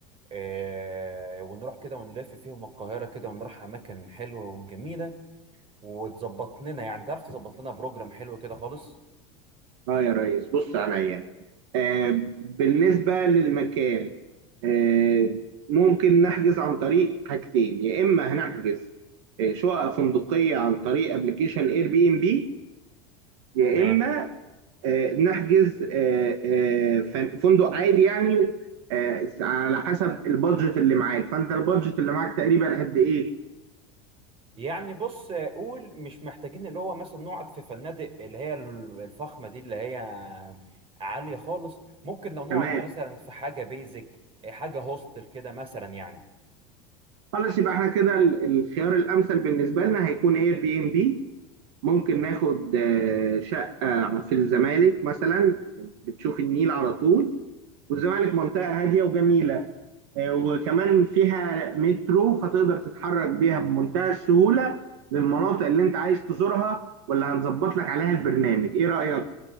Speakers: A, on the right (about 40°); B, on the right (about 70°).
A: آه ونروح كده ونلف فيهم القاهرة كده ونروح أماكن حلوة وجميلة وتظبط لنا يعني تعرف تظبط لنا بروجرام حلو كده خالص
B: اه يا ريس بص عليا آه بالنسبة للمكان آه ممكن نحجز عن طريق حاجتين يا إما هنحجز آه، شقق فندقية عن طريق ابلكيشن اير بي ام بي يا
A: تمام
B: إما آه نحجز آه آه فن- فندق عادي يعني آه على حسب البادجت اللي معاك فأنت البادجت اللي معاك تقريبا قد إيه
A: يعني بص آه، قول مش محتاجين اللي هو مثلا نقعد في فنادق اللي هي ال- الفخمة دي اللي هي عالية خالص ممكن لو نقعد
B: تمام
A: مثلا في حاجة بيزك حاجة هوستل كده مثلا يعني
B: خلاص يبقى احنا كده ال- الخيار الأمثل بالنسبة لنا هيكون اير بي ام بي ممكن ناخد آه، شقة في الزمالك مثلا بتشوف النيل على طول والزمالك منطقة هادية وجميلة آه، وكمان فيها مترو فتقدر تتحرك بيها بمنتهى السهولة للمناطق اللي انت عايز تزورها واللي هنظبط لك عليها البرنامج ايه رأيك؟